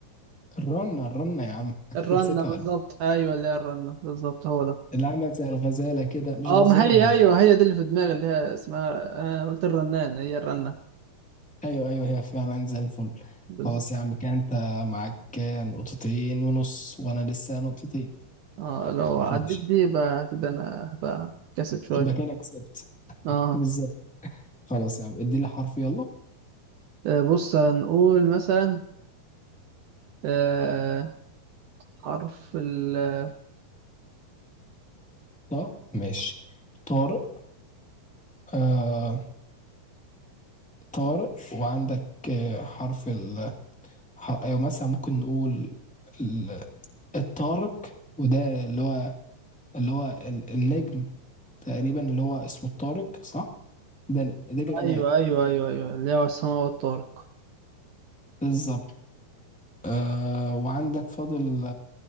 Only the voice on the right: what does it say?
الرنة
بالظبط
ايوه اللي هي الرنة بالظبط هو ده
اه
ما هي
ايوه هي دي اللي في دماغي اللي هي اسمها انا قلت الرنان هي الرنة
بالظبط
اه لو عديت
دي يبقى كده انا هبقى كاسب شوية
اه
آه، بص هنقول مثلا آه حرف الطه
ايوه ايوه ايوه ايوه اللي هو السماء والطارق